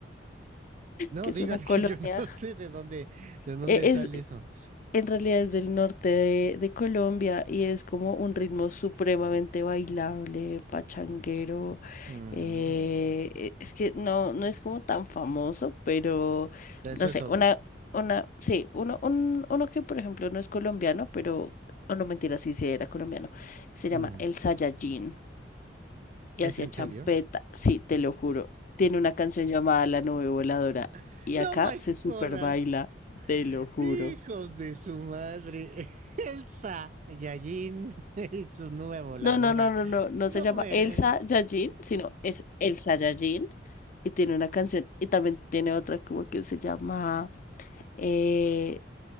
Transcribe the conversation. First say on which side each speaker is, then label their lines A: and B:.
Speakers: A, on the right; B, on the left.
A: No
B: que es
A: digas
B: una colonia.
A: que yo no <laughs> sé de dónde, de dónde
B: E-
A: sale
B: Es,
A: eso.
B: en realidad es del norte de, de Colombia y es como un ritmo supremamente bailable, pachanguero.
A: Mm,
B: eh, e- es que no, no es como tan famoso, pero
A: eso
B: no
A: es
B: sé,
A: obvio.
B: una, una, sí, uno, un- uno que por ejemplo no es colombiano, pero, o no mentira, sí, sí era colombiano. Se llama
A: Mm,
B: el Saiyajin. y
A: ¿es
B: hacía
A: en
B: champeta,
A: serio?
B: sí, te lo juro. Tiene una canción llamada La Nube Voladora
A: <laughs>
B: y
A: No
B: acá
A: me
B: se super
A: jodas.
B: baila, te lo juro.
A: Hijos de su madre. <laughs> Elsa Saiyajin <laughs> y su nube voladora.
B: No, no, no, no, no, no
A: No
B: se llama
A: me...
B: Elsa Yajin, sino es Elsa Yajin y tiene una canción y también tiene otra como que se llama eh,